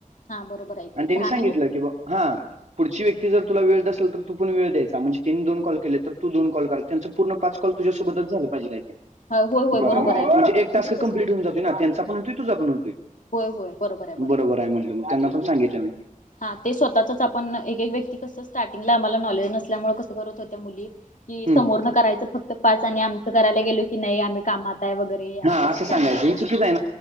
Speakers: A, on the left; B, on the right.
A: हा बरोबर आहे की
B: आणि त्यांनी
A: दहा
B: सांगितलं
A: मिनिट
B: की बा, हा. पुढची व्यक्ती जर तुला वेळ देत असल तर तू पण वेळ द्यायचा, म्हणजे त्यांनी दोन कॉल केलेत तर तू दोन कॉल कर, त्यांच पूर्ण पाच कॉल तुझ्यासोबतच झालं पाहिजे.
A: होय होय होय
B: बरोबर,
A: आहे
B: म्हणजे एक टास्क
A: कसं
B: कम्प्लीट होऊन जातोय ना, त्यांचा पण होतोय तुझा पण होतोय.
A: होय होय बरोबर आहे
B: बरोबर आहे म्हणलं, मग त्यांना पण सांगितलं मी.
A: हां, ते स्वतःच आपण एक एक व्यक्ती कसं स्टार्टिंगला आम्हाला नॉलेज नस असल्यामुळं कसं करत होत्या मुली,, की
B: हम्म.
A: समोर नं करायचं फक्त पाच आणि आमचं करायला गेलो की की नाही आम्ही कामात आहे वगैरे
B: हा
A: असं अस सांगणार
B: सांगायचं ही
A: ना,,
B: चुकीच आहे